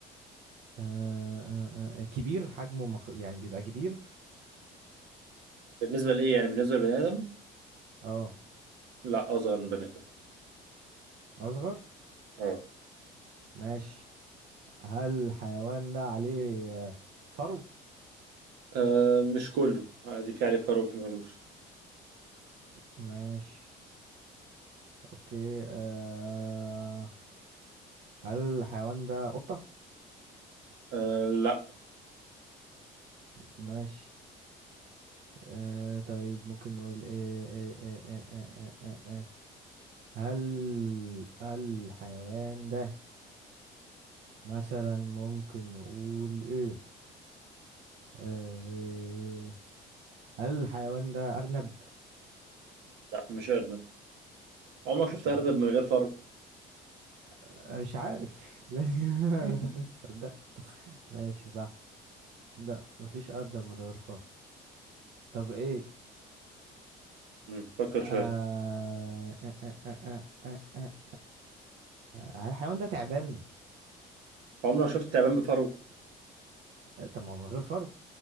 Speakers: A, on the right; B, on the right.
A: آه آه آه كبير حجمه مفروض يعني بيبقى كبير
B: بالنسبة لإيه يعني بالنسبة لبني آدم
A: اه
B: لا أصغر من بني آدم
A: اصغر
B: أه
A: ماشي هل الحيوان ده عليه آه، فرو
B: آه، مش كله عادي في عليه فرو وفي ملوش
A: ماشي اوكي آه هل الحيوان ده قطة
B: أه لا
A: ماشي آه طيب ممكن نقول ايه ايه ايه ايه ايه ايه ايه إيه. هل الحيوان ده مثلا ممكن نقول ايه آه إيه هل الحيوان ده أرنب
B: لا مش أرنب عمرك
A: مش
B: شفت أرنب
A: أرنب
B: من غير فرو
A: أنا مش عارف <laughs> لا،
B: <laughs>
A: صدق ماشي صح صدق مفيش أرض من غير فرع طب إيه
B: مم، فكر
A: آه...
B: شوية
A: آه... آه... آه... آه... آه... آه، الحيوان ده تعبان
B: عمرك شفت تعبان بفرو
A: آه، طب ما هو من غير فرو